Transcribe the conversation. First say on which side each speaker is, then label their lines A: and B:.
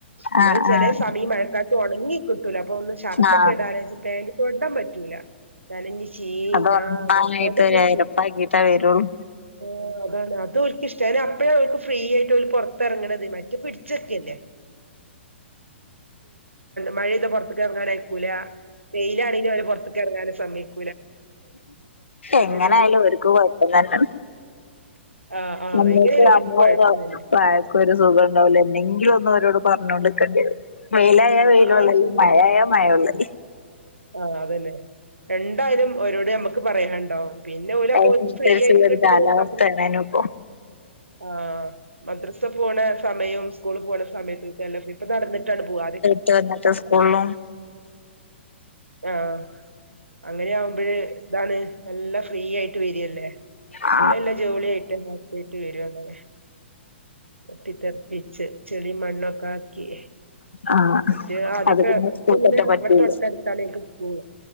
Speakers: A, on the right (about 85°); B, on the left (about 75°).
A: എന്നാലും
B: ആഹ്
A: ചെലേ
B: ആഹ്
A: സമയം ഈ മഴക്കാല ഒണങ്ങി കിട്ടൂല, അപ്പൊ ഒന്ന് ഷർട്ടൊക്കെ
B: ആഹ്
A: ഇടാനാച്ച്, പാന്റ് തൊടാൻ പറ്റൂല, നനഞ്ഞ് <unintelligible>
B: അത് ഒറപ്പായിട്ടും
A: കൊടേന്ന്
B: ഓലെരപ്പാക്കീട്ടെ വരൊള്ളു
A: അ അതാണ് ഓൽക്കിഷ്ടാ അയ്ന് അപ്പഴാ ഫ്രീ ആയിട്ട് ഓല് പൊറത്തിറങ്ങണത് മറ്റ പിടിച്ചക്കല്ലേ മഴയ്താ പുറത്ത് പുറത്ത്ക്കറങ്ങാനയ്ക്കൂല വെയിലാണെങ്കിലും അവര് പുറത്ത്ക്കറങ്ങാന സമ്മയ് <unintelligible>
B: എങ്ങനെ
A: ഇടയില്
B: ആയാലും അവർക്ക് കുഴപ്പം തന്നെ
A: ആഹ് ആഹ്
B: നമ്മക്ക്
A: എങ്ങനെയാലും
B: നമ്മളെ
A: ഓർക്ക് കുഴപ്പം തന്നെ
B: വായക്ക് ഒരു സുഖം ഉൺണ്ടാവൂല എന്തെങ്കിലും ഒന്ന് അവരോട് പറഞ്ഞോണ്ട്ക്കണ്ടേരും വെയില് വെയിലയ വെയിലൊള്ളൽ
A: ആഹ് ശരിയാ
B: മഴായ മഴഒള്ളല്
A: ആഹ് അതന്നെ രണ്ടായലും ഒരോട് നമ്മ ക്ക് പറയാണ്ടാവും പിന്നെ ഓല് അപ്പൊ
B: അയിനനുസരിച്ചുള്ള
A: ഓൽക്ക് ഫ്രീ ആയിട്ട് കിട്ടുന്നത്
B: ഒരു കാലാവസ്ഥയാണേനുപ്പോ
A: മാത്രം ആ മദ്രസ്സ പോണ സമയം സ്കൂൾക്കു പോണ സമയത്തക്ക് ഇപ്പൊ നടന്നിട്ടാ പോക
B: ത്ത് ഇന്നത്തെ സ്കൂളും
A: ആഹ് അങ്ങനെയാവു മ്പഴ് ഇതാണ് നല്ല ഫ്രീ ആയിട്ട് വെര് ല്ലേ
B: ആ
A: ഓല് അല്ല ജോളിയായിട്ട് നോക്കീട്ട് വരാണ് <unintelligible> പിച്ച് ചെളി മണ്ണൊക് കാക്കി
B: ആ
A: മറ്റേ ആദ്യക്കെ
B: അത് പിന്നെ സ്കൂൾക്കറ്റെ
A: ഇപ്പം പിന്നെ
B: പറ്റൂല
A: ഇവടെ തൊട്ടടുത്താണ്, എനിക്ക് സ്കൂൾ,